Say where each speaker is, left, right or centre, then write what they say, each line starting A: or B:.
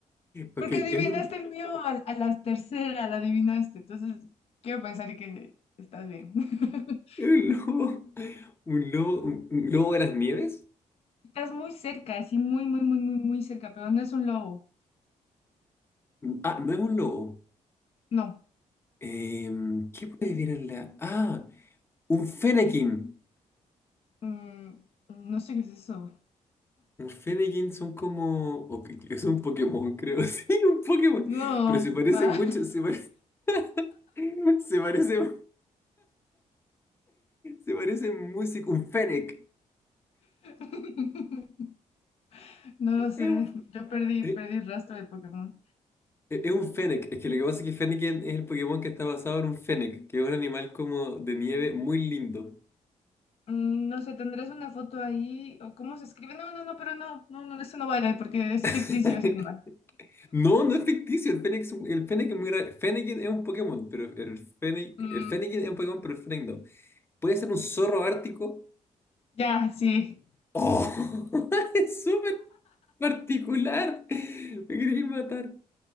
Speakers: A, on the left; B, on the left.
A: Ok,
B: Porque
A: es
B: adivinaste
A: un,
B: el mío a, a las terceras, la adivinaste. Entonces, quiero pensar que estás bien. <laughs>
A: es un lobo. ¿Un lobo, un, un lobo de las nieves?
B: Estás muy cerca, así muy, muy, muy, muy, muy cerca, pero no es un lobo.
A: Ah, no es un lobo.
B: No.
A: Em, ¿qué puede ver en la...? Ah, un fenequín.
B: Mm, no sé qué es eso.
A: Un Fennekin son como... o que- Es un Pokémon, creo. <laughs> Sí, un Pokémon.
B: No,
A: Pero se parece
B: va.
A: mucho. Se parece... <laughs> Se parece... Se parece músico. Un Fennec.
B: <laughs> No lo sé.
A: Es un...
B: Yo perdí,
A: Es
B: perdí el rastro de Pokémon.
A: es un Fennec. Es que lo que pasa es que Fennekin es el Pokémon que está basado en un Fennec, que es un animal como de nieve muy lindo.
B: Mm, no sé, ¿tendrás una foto ahí? ¿O cómo se escribe? No, no, no, pero no. No, no, eso no vale porque es
A: <laughs>
B: ficticio ese animal.
A: No, no es ficticio. El Fennec es un- el Fennec es muy raro. Fennekin es un Pokémon, pero el Fennec...
B: Mm,
A: El Fennekin es un Pokémon, pero el Fennec no. Puede ser un zorro ártico
B: ya, sí.
A: ¡Oh! <laughs> Es súper particular. Me queréis matar.